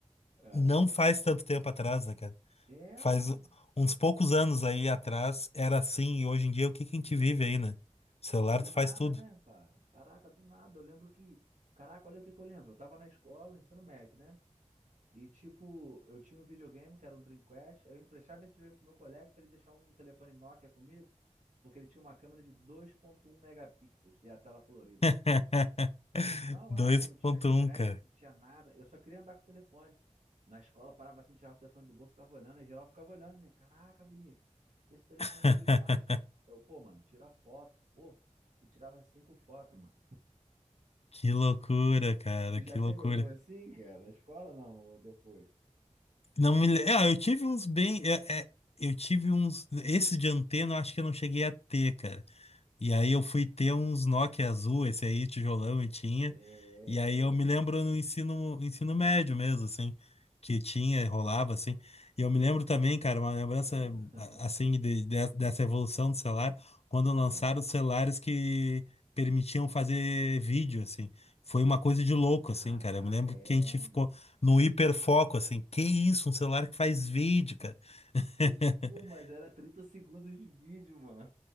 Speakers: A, on the right; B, on the left.
A: é.
B: não faz tanto tempo atrás, né, cara?
A: É,
B: Faz
A: mano.
B: uns poucos anos aí atrás era assim, e hoje em dia o que que a gente vive aí, né? O celular
A: Do
B: tu
A: nada,
B: faz tudo.
A: né, cara? Caraca, do nada. Eu lembro que. Caraca, olha o que que eu lembro. Eu tava na escola, ensino médio, né? E, tipo, eu tinha um videogame que era um Dreamcast, eu emprestava esse videogame pro meu colega pra ele deixar um telefone Nokia comigo, porque ele tinha uma câmera de dois ponto um megapixels e a tela colorida.
B: <laughs>
A: Não
B: dois
A: é, não tinha
B: ponto um,
A: crédito,
B: cara.
A: não tinha nada, eu só queria andar com o telefone. Na escola parava assim, tirava o telefone do bolso, ficava olhando, aí geral ficava olhando, né? Caraca, Vinícius, esse telefone
B: <laughs>
A: aí, pá. Eu, pô, mano, tira foto. Pô, tu tirava cinco fotos, mano.
B: Que loucura, cara,
A: Tu
B: que
A: já
B: loucura.
A: teve algum assim, cara? Na escola não, ou depois?
B: Não me... le- Ah, eu tive uns bem. é- é, eu tive uns. Esse de antena, eu acho que eu não cheguei a ter, cara. E aí eu fui ter uns Nokia azul, esse aí, tijolão, e tinha.
A: É.
B: E aí eu me lembro no ensino, ensino médio mesmo, assim, que tinha, rolava, assim. E eu me lembro também, cara, uma lembrança,
A: <laughs> Ah.
B: a- assim, de- de- dessa evolução do celular, quando lançaram
A: Ah.
B: os celulares que permitiam fazer vídeo, assim. Foi uma coisa de louco,
A: Caraca,
B: assim, cara. Eu me lembro
A: é,
B: que a gente ficou
A: mano.
B: no hiperfoco, assim. Que isso, um celular que faz vídeo, cara. <laughs>
A: De- Pô, mas era trinta segundos de vídeo, mano.